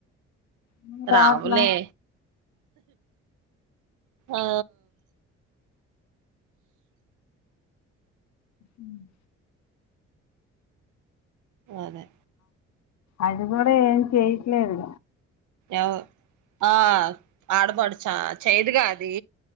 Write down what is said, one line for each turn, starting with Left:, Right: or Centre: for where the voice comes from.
Left: నువ్వు
Right: రావులే
Left: రావట్లా
Right: ఆ
Left: ఉమ్
Right: అదే
Left: అది కూడా ఏం చేయట్లేదు.
Right: ఎ ఆ ఆడపడుచా చేయదుగా అది